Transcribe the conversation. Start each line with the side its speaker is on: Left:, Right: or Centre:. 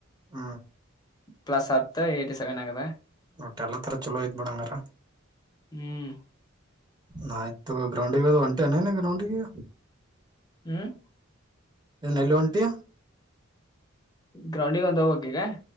Right: ಹ
Left: ಪ್ಲಸ್ ಹತ್ತು ಏ್ಟಸೆವೆನ್ ಆಗದಾ
Right: ಒೋಟ್ಟ ಎಲ್ಲ ತರ ಚಲೋ ಇದ್ ಬಣಂಗಾರ
Left: ಹ್ಮ್
Right: ನಯ್ತು ಗ್ರೌಂಡಿಗೆ ಅ ಒಂಟೆನೇನ ಗ್ರೌಂಡಿಗೆ
Left: ಹ್ಮ್
Right: ಏನ್ ಎಲ್ಲಿ ಒಂಟಿ
Left: ಗ್ರೌಂಡಿಗೆ ಒಂದು ಹೋಗಕಿ ಈಗ